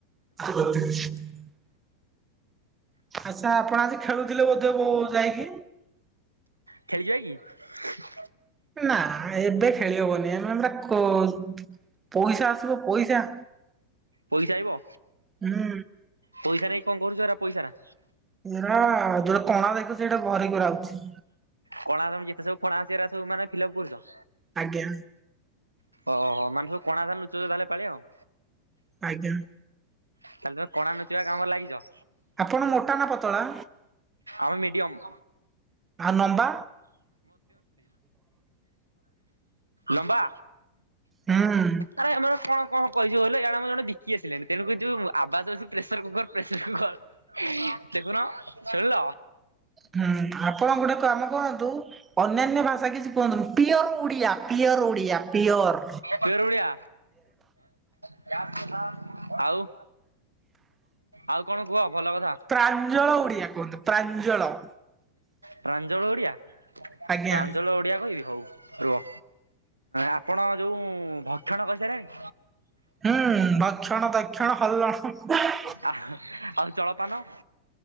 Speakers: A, on the right; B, on the right.
A: <inaudible> ଆଚ୍ଛା, ଆପଣ ଆଜି ଖେଳୁଥିଲେ ବୋଧେ ବୋ ଯାଇକି?
B: ଖେଳିଯିବାକି?
A: ନା ଏବେ ଖେଳି ହବନି। ଏମାନେ ଟା କୋଜ୍ ପଇସା ଆସିବ ପଇସା।
B: ପଇସା ଆଇବ?
A: ହୁଁ
B: ପଇସା ନେଇ କଣ କରୁଛ ଏରା ପଇସାରା?
A: ଏଇରା ଯୋଉରା କଣା ଦେଖୁଛି, ସେଇଟା ଭରିକରାହଉଛି।
B: କଣା ତମେ ଯେତେ ସବୁ କଣା ଅଛି, ଏରାସବୁ ମାନେ ଫିଲପ୍ କରୁଛ।
A: ଆଜ୍ଞା।
B: ଓହୋ! ମାନେ ସବୁ କଣା ତାହେଲେ ଲୁଚଉଛ ତା, ହେଲେ ଏପାଳି ଆଉ।
A: ଆଜ୍ଞା।
B: ତା, ହେଲେ ତମେ କଣା ନୁଚେଇବା କାମରେ ଲାଗିଛ।
A: ଆପଣ ମୋଟା ନା ପତଳା?
B: ଆମେ ମିଡିୟମ୍।
A: ଆଉ ନମ୍ବା?
B: ଲମ୍ବା!
A: ହୁଁ।
B: ଆରେ ଆମ କଣ କଣ କହିଛୁ, କହିଲ? ଇଆଡେ ଆମର ଜଣେ ବିକି ଆସିଲେଣି ତେଣୁ କରି ଯୋଉ ଆବାଜ ଅଛି, ପ୍ରେସର୍ କୁକର୍ ପ୍ରେସର୍ କୁକର୍! ଦେଖୁନ ଶୁଣିଲ!
A: ହୁଁ, ଆପଣ ଗୋଟେ କାମ କରନ୍ତୁ, ଅନ୍ୟାନ୍ୟ ଭାଷା କିଛି କୁହନ୍ତୁନି। Pure Odia, pure Odia, pure
B: pure Odia ଆଉ, ଆଉ କଣ କୁହ, ଭଲକଥା?
A: ପ୍ରାଞ୍ଜଳ ଉଡିଆ କୁହନ୍ତୁ ପ୍ରାଞ୍ଜଳ।
B: ପ୍ରାଞ୍ଜଳ ଓଡିଆ,
A: ଆଜ୍ଞା
B: ପ୍ରାଞ୍ଜଳ ଓଡିଆ କହିବି ହଉ। ରୁଅ। ଆପଣ ଯୋଉଁ ଭକ୍ଷଣ କରିସାରିଲେଣି?
A: ହୁଁ, ଭକ୍ଷଣ ତକ୍ଷଣ ହଲ। <inaudible>
B: ଆଃ, ଆଉ ଜଳପାନ?